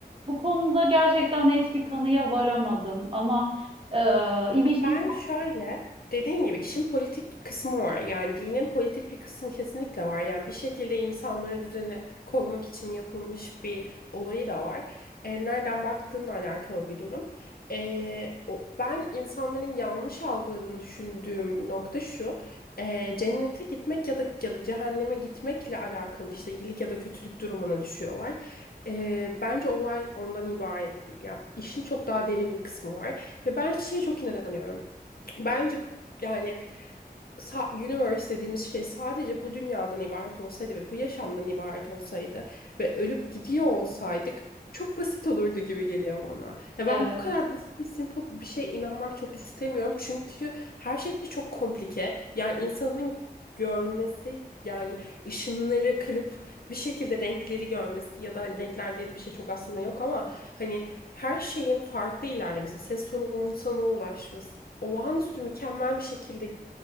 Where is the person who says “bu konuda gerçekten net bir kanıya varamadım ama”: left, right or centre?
Right